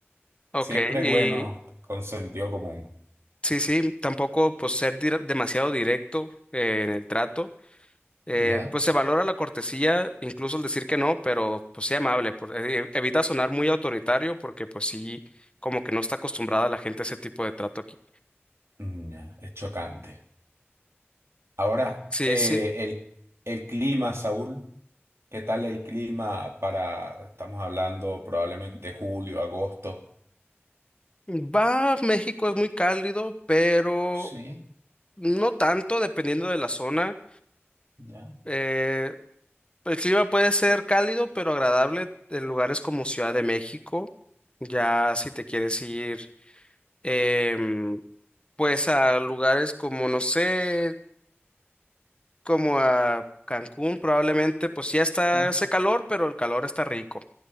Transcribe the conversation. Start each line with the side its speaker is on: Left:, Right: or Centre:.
Left: Ok,
Right: siempre
Left: y
Right: es bueno con sentido común.
Left: sí, sí, tampoco pues ser dir- demasiado directo eh, en el trato. Eh,
Right: ¿Ya?
Left: pues se valora la cortesía, incluso el decir que no, pero pues sea amable, por- eh, evita sonar muy autoritario porque pues sí, como que no está acostumbrada la gente a ese tipo de trato aquí.
Right: Mm, ya, es chocante. Ahora,
Left: Sí,
Right: eh,
Left: sí,
Right: el, el clima, Saúl, ¿qué tal el clima para, estamos hablando probablemente julio, agosto?
Left: Va, México es muy cálido, pero
Right: Sí,
Left: no tanto, dependiendo de la zona.
Right: ya.
Left: Eh, el clima puede ser cálido, pero agradable en lugares como Ciudad de México. Ya si te quieres ir, em, pues a lugares como, no sé, como a Cancún, probablemente, pues ya está,
Right: Ya,
Left: hace calor, pero el calor está rico.